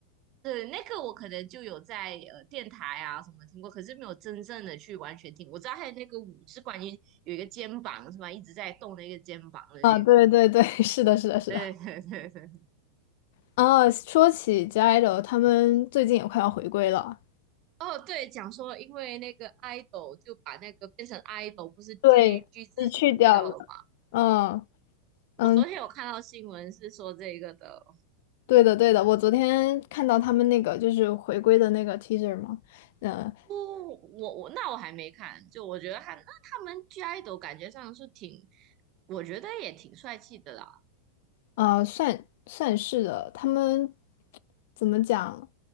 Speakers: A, on the right; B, on the left.
A: 对，那个我可能就有在呃电台啊什么听过，可是没有真正的去完全听。我知道还有那个舞是关于有一个肩膀是吗？一直在动那个肩膀的那个，
B: 啊，对对对，<laughs> 是的，是的，是的。
A: 对对对对。<laughs>
B: 啊，说起 G.I.DLE，他们最近也快要回归了。
A: 哦，对，讲说因为那个 idol 就把那个变成 idol，不是 G
B: 对，
A: G 字除掉了吗？
B: 被去掉了。嗯
A: 我昨天有看到新闻是说这个的，
B: 嗯，对的对的，我昨天看到他们那个就是回归的那个 teaser 嘛，嗯。
A: 不，我我那我还没看，就我觉得他那他们 G idol 感觉上是挺，我觉得也挺帅气的啦。
B: 呃，算算是的，他们怎么讲？